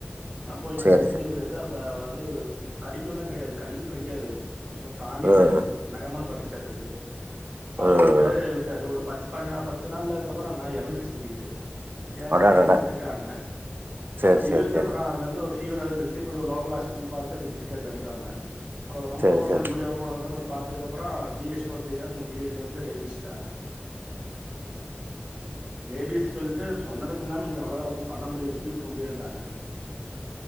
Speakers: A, on the right; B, on the right.
A: ஆ போயிட்டுருந்திருக்குது
B: சரி சார்
A: இவரு எதோ ப வந்து இவர் கடிக்கல்லா கெடையாது கடிக்கவு கடிக்காது சும்மா பிரான்டிடுச்சாருக்கு
B: ம்
A: நகமான பட்டுட்ச்சாருக்கு அவரு
B: ம்
A: விட்டாரு விட்டாரு ஒரு பத் பத்து பாஞ்சிநாள் பத்து நாள்ல அதுக்கப்புற அந்த நாய் எறந்துருச்சு திடீர்ன்ட்டு ஏன்னு
B: அடடட
A: தெர்லன்னு விட்டுட்டாங்க
B: சரி
A: அப்புற இவருக்கு
B: சரி சரி
A: அப்புற தொடர்ந்து ஒரு ஃபீவரா இருந்துருக்கு போய் ஒரு லோக்கல் ஆஸ்பிடல்ல பாத்துட்டு அப்டியே விட்டுட்டாரு கண்டுக்காம அப்பறோ ரொம்ப
B: சரி
A: ஒருமாரி
B: சரி
A: முடியாம் போனதுகப்பறோ போய் பாத்ததுக்கு அப்புற ஜி எச் போ சொல்லிருக்காங்க அங்க ஜி எச்ல வந்து ரேபிஸ்ன்ட்டாங்க <inaudible> ரேபிஸ் சொல்ட்டு சொன்னதுமில்லாம இனி அவ்ளதா ஒன்னும் பண்ண முடியாது கியூர் பண்ண முடியாதுன்டாங்க